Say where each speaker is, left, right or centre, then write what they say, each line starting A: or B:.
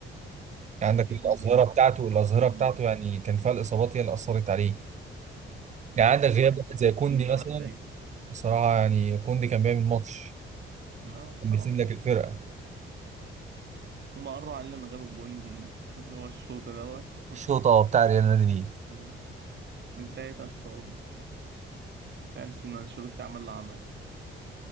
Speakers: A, on the right (about 35°); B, on the right (about 55°).
A: عندك
B: كان في
A: الأظهرة
B: كوندي برضو
A: بتاعته الأظهرة
B: في برضو
A: بتاعته يعني كان فيها الإصابات هي اللي أثرت عليه يعني عندك
B: وواحد
A: غياب واحد
B: من
A: زي
B: المصريين
A: كوندي
B: ده
A: مثلا
B: ما تلعبش
A: بصراحة يعني كوندي كان بيعمل ماتش
B: لا بصراحه
A: كان بيسند لك الفرقة
B: هما قروا علينا لما جابوا الجون ال- <laughs> اللي هو الشوط دوت <laughs>
A: الشوطة بتاع ريال مدريد
B: آه. من ساعتها اتصابنا تحس ان انشيلوتي عمل له عمل